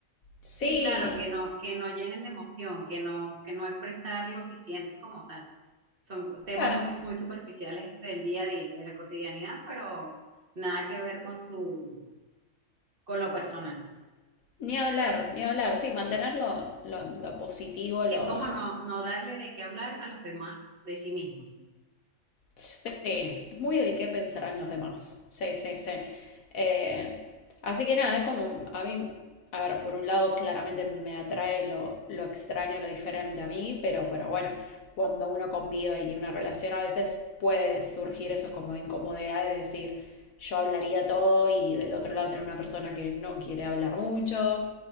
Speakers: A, on the left; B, on the right.
A: Sí,
B: Sí, claro, que no, que no llenen de emoción, que no, que no expresar lo que sienten como tal. Son co- temas
A: ah,
B: muy, muy superficiales del día a día, de la cotidianidad, pero nada que ver con su, con lo personal.
A: ni hablar, ni hablar. Sí, mantenerlo lo, lo positivo, lo...
B: Es como no, no darle de qué hablar a los demás de sí mismo.
A: Sí, es muy del qué pensarán los demás. Sí, sí, sí. Eh, así que nada, es como a mí, a ver, por un lado claramente me atrae lo, lo extraño, lo diferente a mí, pero, pero bueno, cuando uno convive y una relación a veces puede surgir esos como incomodidades de decir, yo hablaría todo y del otro lado tener una persona que no quiere hablar mucho.